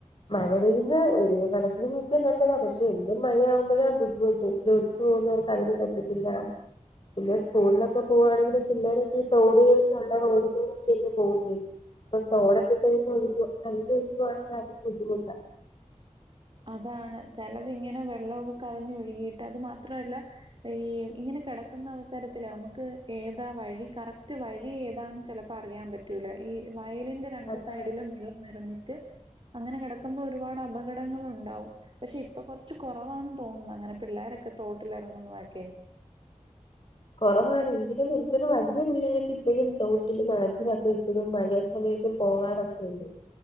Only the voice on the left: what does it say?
മഴ പെയ്യുന്നത് ഒരു കണക്കിന് നോക്കിയാൽ നല്ലതാ പക്ഷേ എന്നും മഴയാകുമ്പഴാ ബുദ്ധിമുട്ട് ജോലിക്ക് പോകുന്നവർക്കതിന് പറ്റത്തില്ല പിന്നെ സ്കൂളിലൊക്കെ പോവാണെങ്കിലും പിള്ളേരൊക്കെ ഈ തോട് ഉള്ള റോഡിലൂടെ ഒക്കെങ്ങ് പോവുല്ലേ ഇപ്പൊ തോടെ യിട്ട് ഒഴുകുവ കവിഞ്ഞൊഴുകുവാണെങ്കിൽ അതും ബുദ്ധിമുട്ടാ
അത്
കുറവാണ് എങ്കിലും എനിക്കൊന്നു വല്യ പിള്ളേരൊക്കെ ഇപ്പഴും തോട്ടിലും ആറ്റിലൊക്കെ ഇപ്പോഴും മഴയ സമയത്തും പോവാറൊക്കെയുണ്ട്